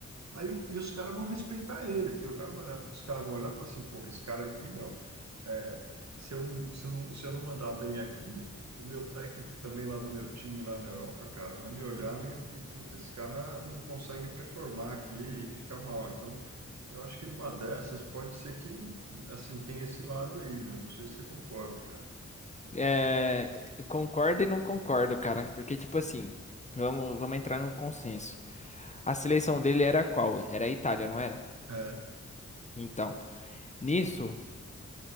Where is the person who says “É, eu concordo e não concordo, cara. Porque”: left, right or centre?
Left